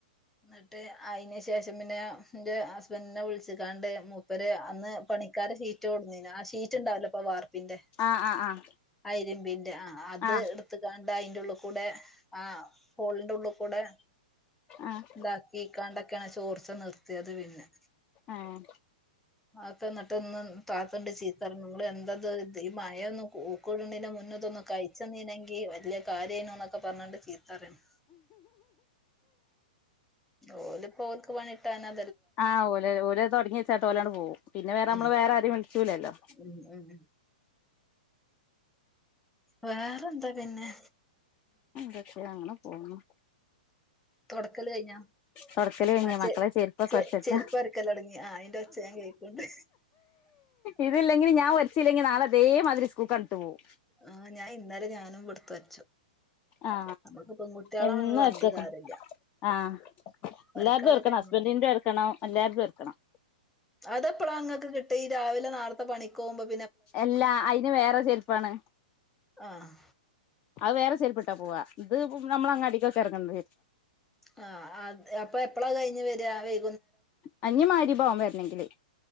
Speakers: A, in the centre; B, on the left.
A: എന്നിട്ട് അയിന് ശേഷം പിന്നെ ന്റെ ഹസ്ബൻഡിനെ വിളിച്ചിക്കാണ്ട് മൂപ്പര് അന്ന് പണിക്കാരെ ഷീറ്റ് കൊട്ന്നീനു ആ ഷീറ്റ് ഉണ്ടാവൂലെ പ്പം വാർ - പ്പിന്റെ
B: ആഹ് ആഹ് ആഹ്
A: ആ ഇരിമ്പിന്റെ ആ അത്
B: ആഹ്
A: എടുത്ത്കാണ്ട് അതിന്റുള്ള് കൂടെ ആ ഹോളിന്റെ ഉള്ള് കൂടെ
B: ആഹ്
A: ഇതാക്കി കാണ്ട് ക്കാണ് ചോർച്ച നിർത്തിയത് പിന്നെ
B: ഏഹ്
A: ആക്കെ എന്നിട്ട്ന്ന് താത്തണ്ട് ചീത്തറിണ് നിങ്ങൾ എന്തത് ഈ മഴൊന്നും ഊക്കുഡ്നയിന്റെ മുന്നേ ഇതൊന്ന് കഴിച്ചെന്നീനെങ്കി വല്യ കാര്യം അയ്നുന്നൊക്കെ പറഞ്ഞണ്ട് ചീത്തറീണ് ഓലിപ്പോ ഓർക്ക് പണിട്ടാനാ
B: ആ ഓല് ഓല് തുടങ്ങി വച്ചാട്ട് ഓലാണ്ട് പോവും. പിന്നെ വേറെ
A: ഉം
B: നമ്മള് വേറെ ആരും വിളിച്ചൂലല്ലോ
A: ഉം ഉം ഉം വേറെന്താ പിന്നെ
B: പക്ഷെ അങ്ങനെ പോകുന്നു
A: തുടക്കല് കഴിഞ്ഞോ
B: തൊടക്കല് കഴിഞ്ഞ്
A: ആ ചെ
B: മക്കളെ ചെരുപ്പ് ഒക്കെ
A: ചെ
B: ഒരച്ചൊട്ക്ക
A: ചെരുപ്പ് അരക്കലൊടങ്ങി ആ അയിന്റെ ഒച്ച ഞാൻ കേൾക്കണ്ട്
B: ഇതില്ലെങ്കിൽ ഞാൻ ഒര ച്ചില്ലെങ്കി നാളെ ഇതേ മാതിരി സ്കൂൾക്കാണ്ട് ഇട്ട് പോകും
A: ആ ഞാൻ ഇന്നലെ ഞാനും ഇവിടുത്തെ വരച്ചു
B: ആ
A: നമുക്ക് പെൺകുട്ടികളാണെന്ന്
B: എന്നും
A: പറഞ്ഞിട്ട്
B: ഒരച്ചക്കണം
A: കാര്യമില്ല
B: ആ
A: വരക്കാളത്
B: എല്ലാരതും ഒര്ക്കണം
A: നമ്മളന്നെ
B: ഹസ്ബന്റിന്റെ ഒര്ക്കണം എല്ലാര്തും ഒര്ക്കണം
A: അതെപ്പളാ ങ്ങക്ക് കിട്ടി ഈ രാവിലെ നേരത്തെ പണിക്കോകുമ്പം
B: എല്ലാ അതിന് വേറെ ചെരുപ്പാണ്
A: ആഹ്
B: അത് വേറെ ചെരുപ്പിട്ടാ പോവാ ഇത് നമ്മള് അങ്ങാടീക്കൊക്കെ ഇറങ്ങണത്
A: ആ അ അപ്പൊ എപ്പളാ കഴിഞ്ഞ് വരാ വൈ
B: അ ഇഞ്ഞ് മഗ്‌രിബ് ആകും വരണെങ്കില്